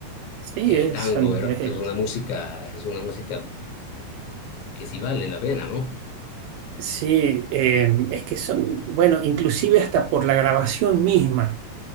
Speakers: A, on the right (about 80°); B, on the left (about 75°).
A: Sí,
B: Que
A: es-
B: el tango
A: son,
B: era,
A: es-
B: es una música, es una música que sí vale la pena, ¿no?
A: sí, eh, es que son, bueno, inclusive hasta por la grabación misma,